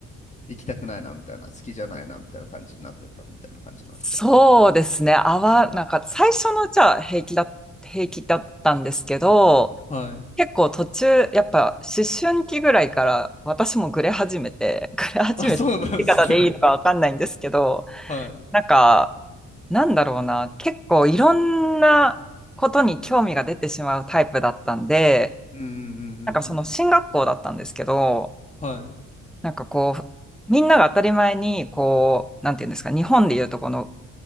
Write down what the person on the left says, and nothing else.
行きたくないなみたいな、好きじゃないなみたいな感じになってたみたいな感じなんですかね。
はい。
<laughs> あ、そうなんですね。
<laughs> はい。
うんうんうん
うんうん。はい。